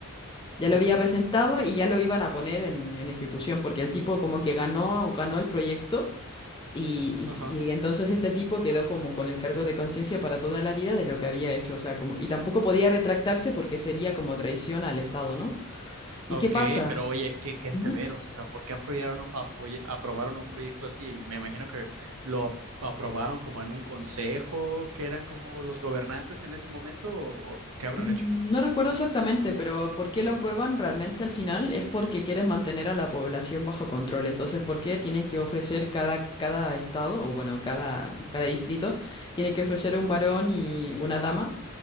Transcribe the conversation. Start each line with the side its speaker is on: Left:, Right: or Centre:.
Left: Ya
Right: Uy,
Left: lo había presentado y ya lo iban a poner en, en ejecución, porque el tipo como que ganó, ganó el proyecto. Y, y-
Right: Ajá.
Left: y entonces este tipo quedó como con el cargo de conciencia para toda la vida de lo que había hecho, o sea, como, y tampoco podía retractarse porque sería como traición al Estado, ¿no? ¿Y
Right: Ok,
Left: qué pasa?
Right: pero oye, qué, qué
Left: Ujú.
Right: severos, o sea, ¿por qué aprobaron, un- apoy- aprobaron un proyecto así? Me imagino que lo ap- aprobaron como en un consejo, que eran como los gobernantes en ese momento, o, o qué habrán
Left: Mm,
Right: hecho.
Left: No recuerdo exactamente, pero ¿por qué lo aprueban realmente al final? Es porque quieren mantener a la población bajo control. Entonces, ¿por qué tienen que ofrecer cada, cada estado, o bueno, cada, cada distrito, tiene que ofrecer un varón y una dama?